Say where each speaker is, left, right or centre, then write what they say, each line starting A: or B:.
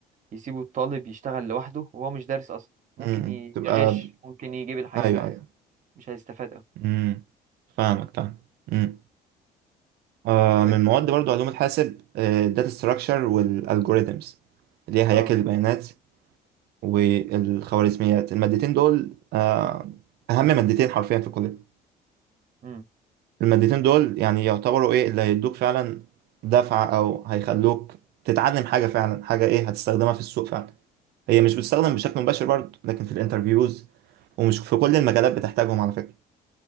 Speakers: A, on the right; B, on the right.
A: يسيبوا الطالب يشتغل لوحده وهو مش دارس اصلا ممكن
B: امم، امم.
A: يغش
B: تبقى
A: ممكن يجيب الحاجه
B: ايوه
A: جاهزه
B: ايوه
A: مش هيستفاد أوي
B: امم فاهمك فاهم امم آه
A: يركز
B: من مواد برضو علوم الحاسب الداتا ستراكشر والالجوريثمز اللي هي هياكل
A: اه
B: البيانات والخوارزميات المادتين دول آه اهم مادتين حرفيا في الكليه
A: امم
B: المادتين دول يعني يعتبروا ايه اللي هيدوك فعلا دفعة او هيخلوك تتعلم حاجة فعلا حاجة ايه هتستخدمها في السوق فعلا هي مش بتستخدم
A: اه
B: بشكل مباشر برضه لكن في الانترفيوز ومش في كل المجالات بتحتاجهم على فكرة